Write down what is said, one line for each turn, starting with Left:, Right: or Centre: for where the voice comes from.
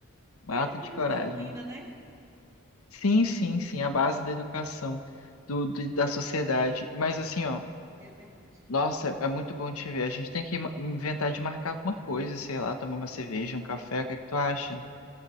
Left: Um
Right: E
Left: ato
Right: é uma
Left: de
Right: profissão
Left: coragem.
Right: linda, né?
Left: Sim, sim, sim, a base da educação, do, do- da sociedade. Mas assim, ó.
Right: É verdade.
Left: Nossa, é é muito bom te ver. A gente tem que ma- inventar de marcar alguma coisa, sei lá, tomar uma cerveja, um café, o que é que tu acha?